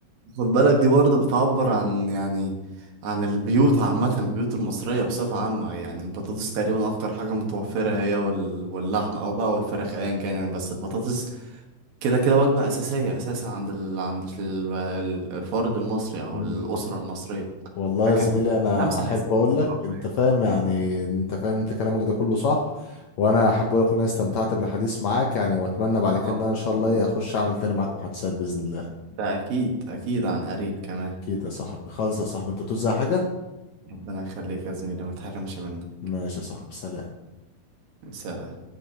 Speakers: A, on the right; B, on the left.
A: خد بالك دي برضه بتعبر عن يعني عن البيوت عامة البيوت المصرية بصفة عامة يعني البطاطس تقريبا أكتر حاجة متوفرة هي وال... واللحمة أو بقى والفراخ أيا كان يعني بس البطاطس كده كده وجبة أساسية أساسا عند ال... عند ال... الفرد المصري أو
B: <laughs>
A: الأسرة المصرية
B: والله
A: فكانت
B: يا زميلي انا
A: خمسة
B: احب
A: لذيذة
B: اقول
A: الصراحة
B: لك انت
A: يعني.
B: فاهم يعني انت فاهم انت كلامك ده كله صح وانا احب اقول لك ان انا استمتعت بالحديث معاك يعني واتمنى بعد
A: انا
B: كده
A: اكتر
B: ان انا ان شاء الله
A: والله
B: إيه اخش اعمل تاني معاك محادثات باذن الله
A: ده اكيد اكيد عن قريب كمان
B: اكيد يا صاحبي خالص يا صاحبي انت توزع حاجه
A: ربنا يخليك يا زميلي ما تحرمش من ده
B: ماشي يا صاحبي سلام
A: سلام